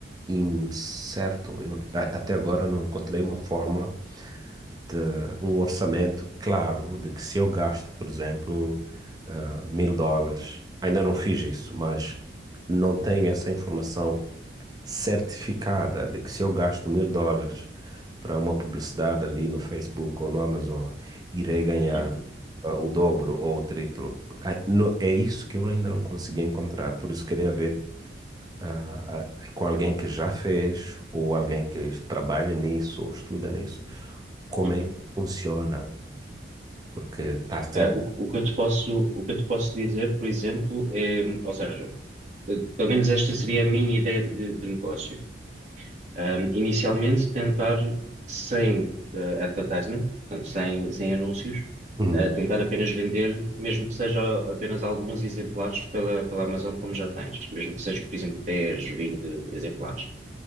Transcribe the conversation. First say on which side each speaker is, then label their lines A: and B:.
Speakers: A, on the right (about 20°); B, on the right (about 40°).
A: incerto. Eu, a- até agora eu não encontrei uma fórmula de um orçamento claro de que se eu gasto, por exemplo, ah, mil dólares, ainda não fiz isso, mas não tenho essa informação certificada de que se eu gasto mil dólares para uma publicidade ali no Facebook ou no Amazon, irei ganhar
B: uhum,
A: ah, o dobro ou o triplo. Ah, no- É isso que eu ainda não consegui encontrar, por isso queria ver. ah, ah, com alguém que já fez, ou alguém que trabalha nisso, ou estuda nisso, como
B: uhum.
A: é que funciona porque está a ser
B: Ah, o, que o que eu te posso, o que eu te posso dizer, por exemplo, é, ou seja, eh, pelo menos esta seria a minha ideia de, de negócio. Um, inicialmente tentar sem eh, advertisement, portanto, sem, sem anúncios,
A: Uhum.
B: eh, tentar apenas vender, mesmo que seja apenas alguns exemplares pela, pela Amazon, como já tens, mesmo que seja, por exemplo, 10, 20 exemplares.